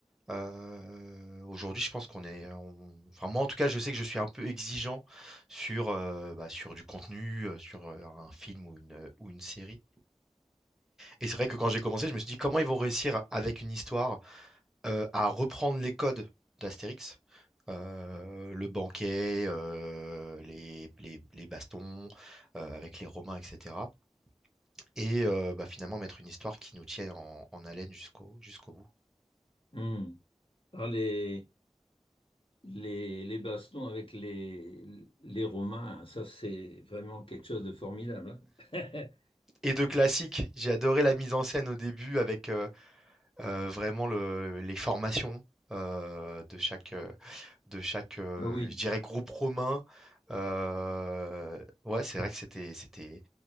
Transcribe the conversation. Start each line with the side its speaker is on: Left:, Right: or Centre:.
Centre: Euh, aujourd'hui, je pense qu'on est. on- Enfin, moi, en tout cas, je sais que je suis un peu exigeant sur, euh, bah, sur du contenu, euh, sur euh, un film ou une, ou une série. Et c'est vrai que quand j'ai commencé, je me suis dit comment ils vont réussir avec une histoire euh, à reprendre les codes d'Astérix, euh, le banquet, euh, les, les- les bastons euh, avec les Romains, etc. Et euh, bah, finalement mettre une histoire qui nous tienne en, en haleine jusqu'au jusqu'au bout.
Left: Hmm. Ah, les- Les, les bastons avec les, les Romains, ça c'est vraiment quelque chose de formidable. hein. <laughs>
Centre: Et de classique, j'ai adoré la mise en scène au début avec euh, euh, vraiment le- les formations euh, de chaque, euh, de chaque, heu,
Left: Ah Oui,
Centre: je dirais groupe romain. Heu, ouais, c'est vrai que c'était c'était